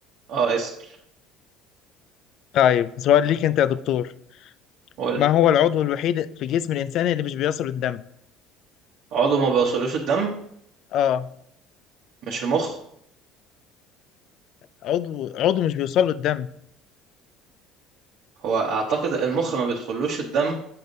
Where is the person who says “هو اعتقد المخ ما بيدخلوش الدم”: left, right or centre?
Right